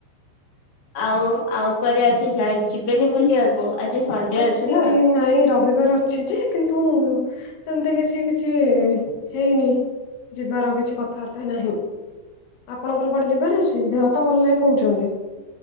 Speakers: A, on the left; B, on the left.
A: ଆଉ ଆଉ କୁଆରେ ଆଜି ଯାଇ ଯିବେନି ବୁଲିଆକୁ ଆଜି ସଣ୍ଡେ
B: ଆଜି
A: ଅଛି ନା?
B: ନାଇଁ ର ବିବାର ଅଛି ଯେ କିନ୍ତୁ ସେମିତି କିଛି କିଛି ଏ ହେଇନି। ଯିବାର କିଛି କଥାଆର୍ତ୍ତା ହି ନାହିଁ। ଆପଣଙ୍କର କୁଆଡେ ଯିବାର ଅଛି ଦେହ ତ ଭଲ ନାହିଁ କହୁଚନ୍ତି?